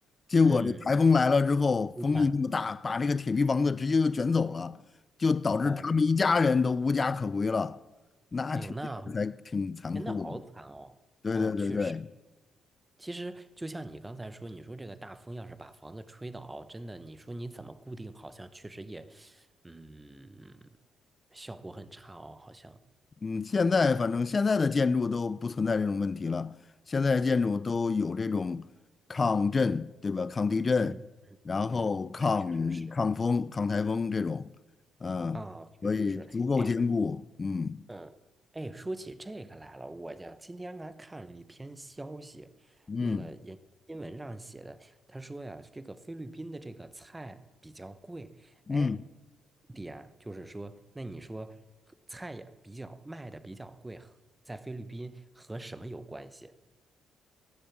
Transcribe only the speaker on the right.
嗯，一般。
哦，
哎呦，那真的好惨哦！
哦，确实，其实就像你刚才说，你说这个大风要是把房子吹倒，真的，你说你怎么固定？好像确实也，嗯，效果很差哦，好像。
嗯
嗯，对，确实是。
啊，确实是，
哎，
嗯，哎，说起这个来了，我家今天还看了一篇消息，
那个人新闻上写的，他说呀，这个菲律宾的这个菜比较贵，哎，
一点就是说，那你说菜也比较卖的比较贵，和在菲律宾和什么有关系？